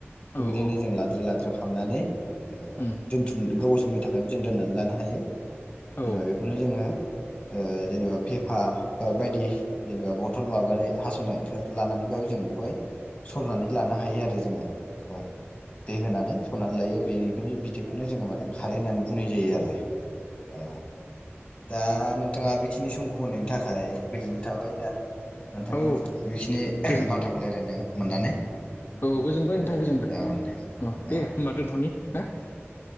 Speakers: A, on the left; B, on the left.
A: थिग
B: औ
A: बिदिनो
B: औ
A: जों लाद्रा लाद्रा खालामनानै ओ
B: उम
A: दोनथुम गोबाव समनि <unintelligible> यबो जों दोननानै लानो हायो।
B: औ
A: जेनेबा बेखौनो जोङो ओ जेनेबा फेफा बा बायदि जेनेबा बथल माबानाय हास'नायफोर लानानैबाबो जों बेखौहाय सरनानै लानो हायो आरो जोङो बेखौहाय दै होनानै सरनानै लायो बेनिखिनि बिदैखौनो जोङो माने खारै होननानै बुंनाय जायो आरो औ दा नोंथाङा बेखिनि सम नि थाखाय गोजोननाय थाबाय दा नोंथांजों
B: औ
A: बेखिनि
B: गोजोन
A: बाथ्राखौ रायज्लायनो मोननानै
B: औ गोजोनबाय नोंथा गोजोनबाय
A: जागोन दे
B: अ
A: औ
B: दे होनबा दोनथ'नि हा